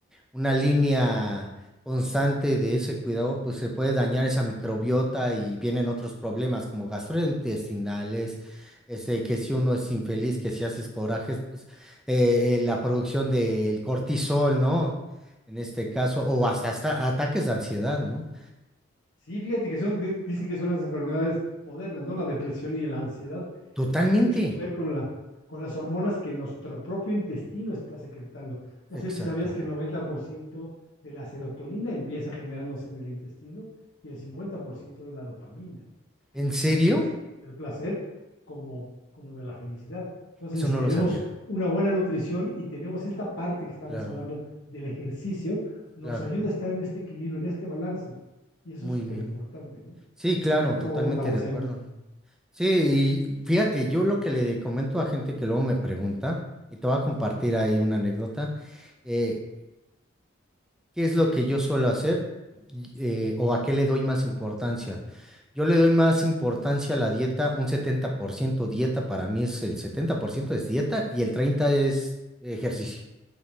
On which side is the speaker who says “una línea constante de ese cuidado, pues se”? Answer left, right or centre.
Centre